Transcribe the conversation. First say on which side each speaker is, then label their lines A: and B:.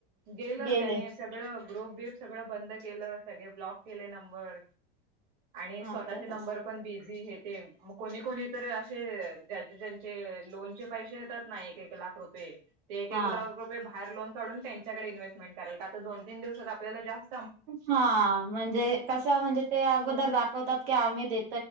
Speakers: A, on the right; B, on the right.
A: गेलं
B: गेले
A: त्याने सगळं. ग्रुप बिप सगळं बंद केलं सगळे ब्लॉक केले नंबर. आणि
B: हा
A: स्वतःचे
B: त्यातच
A: नंबर पण बिझी हेत. ते म कोणी कोणी तर असे ज्याचे ज्यांचे लोनचे पैसे येतात. नाही एक एक लाख रुपये ते एक
B: हा
A: एक लाख रुपये. हार लोन काढून त्यांच्याकडे इन्हेस्टमें कराल का तर दोन तीन दिवस आपल्याला जास
B: हां, म्हणजे कस म्हणजे ते अगोदर दाखवतात की आम्ही देत.